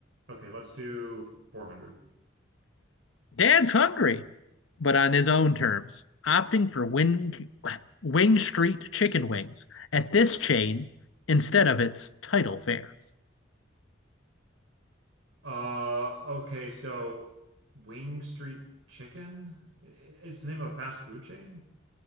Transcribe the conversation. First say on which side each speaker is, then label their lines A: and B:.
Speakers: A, on the right; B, on the left.
A: Okay, let's do 400.
B: Dad's hungry, but on his own terms, opting for Wing, Wing Street chicken wings at this chain instead of its title fare.
A: Uh, okay, so Wing Street Chicken? I- It's the name of a fast food chain?